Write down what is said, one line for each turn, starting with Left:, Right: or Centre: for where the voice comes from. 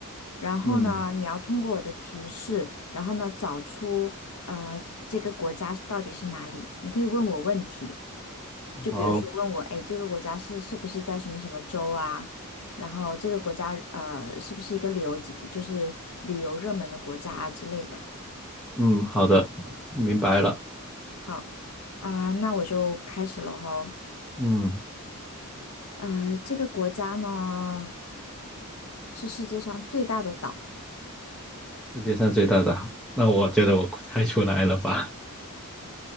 Left: 然后呢，
Centre: 嗯，
Left: 你要通过我的提示，然后呢，找出呃这个国家到底是哪里。你可以问我问题，就比如说问我，
Centre: 好，
Left: 诶，这个国家是是不是在什么什么州啊？然后这个国家呃是不是一个旅游景，就是旅游热门的国家啊之类的。
Centre: 嗯，好的，明白了。
Left: 好，啊、那我就开始了吼。
Centre: 嗯，
Left: 呃，这个国家呢是世界上最大的岛。
Centre: 世界上最大的，那我觉得我猜出来了吧？